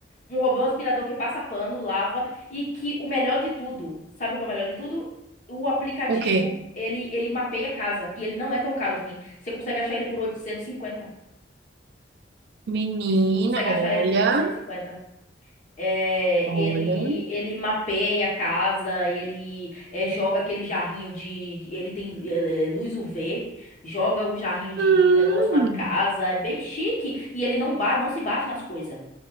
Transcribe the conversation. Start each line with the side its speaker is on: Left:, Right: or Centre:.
Left: Um robô aspirador que passa pano, lava e que o melhor de tudo, sabe o que é o melhor de tudo? O aplicativo,
Right: O quê?
Left: ele ele mapeia a casa e ele não é tão caro assim. Você consegue achar ele por 850.
Right: Menina,
Left: Tu consegue achar
Right: olha,
Left: ele por 850. É,
Right: olha.
Left: ele ele mapeia a casa, ele é, joga aquele jarrinho de, de- ele tem ele é, luz UV, joga um jarrinho de,
Right: Hum,
Left: de negócio na casa, é bem chique e ele não ba, não se bate nas coisas.